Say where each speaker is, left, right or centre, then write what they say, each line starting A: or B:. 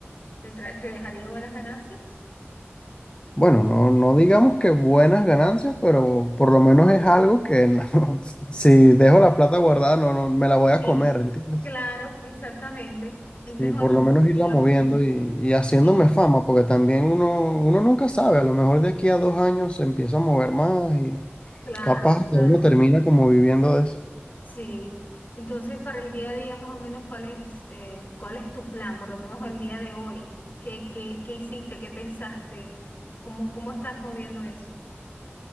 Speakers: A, on the left; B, on the left.
A: te tra- te dejaría buenas ganancias?
B: bueno, no, no digamos que buenas ganancias, pero por lo menos es algo que no- <laughs> si dejo la plata guardada, no, no me la voy a
A: Sí.
B: comer, ¿entiendes?
A: Claro, exactamente. Es mejor
B: Sí, por lo menos irla
A: invertirla
B: moviendo
A: por-
B: y, y haciéndome
A: Sí,
B: fama, porque también uno, uno nunca sabe, a lo mejor de aquí a dos años se empieza a mover más y
A: claro,
B: capaz hasta
A: claro.
B: uno termina como viviendo de eso.
A: Sí, entonces para el día a día más o menos cuál es eh, cuál es tu plan, por lo menos el día de hoy. ¿Qué, qué, qué hiciste? ¿Qué pensaste? ¿Cómo, cómo estás moviendo eso?